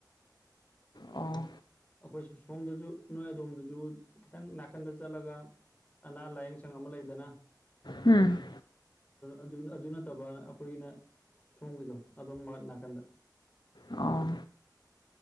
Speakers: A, on the left; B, on the left.
A: ꯑꯣ
B: ꯑꯩꯈꯣꯏ ꯁꯣꯝꯗꯁꯨ ꯅꯣꯏ ꯑꯗꯣꯝꯗꯁꯨ ꯈꯤꯇꯪ ꯅꯥꯀꯟꯗ ꯆꯠꯂꯒ ꯑꯅꯥ ꯂꯥꯏꯌꯦꯡ ꯁꯪ ꯑꯃ ꯂꯩꯗꯅ
A: ꯎꯝ
B: ꯑꯗꯨ ꯑꯗꯨ ꯅꯠꯇꯕ ꯑꯩꯈꯣꯏꯒꯤꯅ ꯁꯣꯝꯒꯤꯗꯣ ꯑꯗꯣꯝ ꯃꯥ ꯅꯥꯀꯟꯗ
A: ꯑꯣ